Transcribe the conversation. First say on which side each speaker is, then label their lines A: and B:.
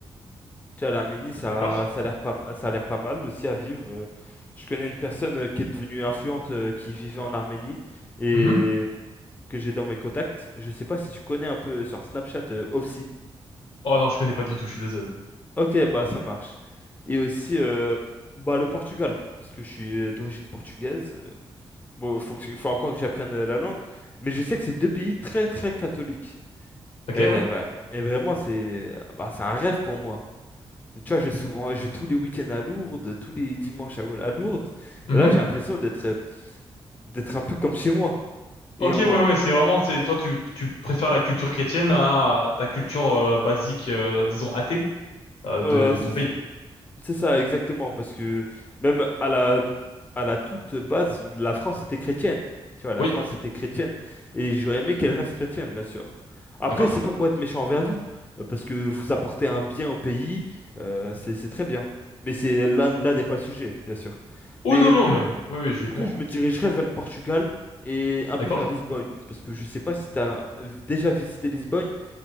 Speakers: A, on the left; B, on the left.
A: Tu vois, l'Arménie, ça,
B: D'accord.
A: ça a l'air pas, ça a l'air pas mal aussi à vivre. Euh, Je connais une personne euh, qui est devenue influente, euh, qui vivait en Arménie et
B: Mhm.
A: que j'ai dans mes contacts. Je sais pas si tu connais un peu sur Snapchat, euh, Ofsi.
B: Oh non, je connais pas du tout, je suis désolé.
A: Ok, bah ça marche. Et aussi, euh, bah le Portugal, parce que je suis euh, d'origine portugaise. Euh, Bon, faut que, faut encore que j'apprenne euh, la langue, mais je sais que c'est deux pays très très catholiques.
B: Ok,
A: Et,
B: ouais.
A: voilà. Et vraiment, c'est bah, c'est un rêve pour moi. Tu vois, je vais souvent, je vais tous les week-ends à Lourdes, tous les dimanches à, à Lourdes.
B: Mhm.
A: Et là, j'ai l'impression d'être d'être un peu comme chez moi. Et
B: Ok,
A: en,
B: ouais, ouais, c'est vraiment, c'est toi, tu, tu préfères la culture chrétienne à ta culture euh, basique, euh, disons athée, euh, de,
A: euh,
B: de
A: c-
B: ton pays.
A: C'est ça, exactement, parce que même à la, à la toute base, la France était chrétienne. Tu vois, la
B: Oui,
A: France était chrétienne. Et j'aurais aimé qu'elle reste chrétienne, bien sûr. Après,
B: d'accord.
A: c'est pas pour être méchant envers vous, euh, parce que vous apportez un bien au pays, euh, c'est c'est très bien. Mais c'est là, là n'est pas le sujet, bien sûr.
B: Oh
A: Mais
B: non, non,
A: pl-
B: mais oui, oui, je
A: plutôt,
B: comprends.
A: je me dirigerais vers le Portugal et un peu
B: D'accord.
A: vers Lisbonne, parce que je sais pas si tu as déjà visité Lisbonne,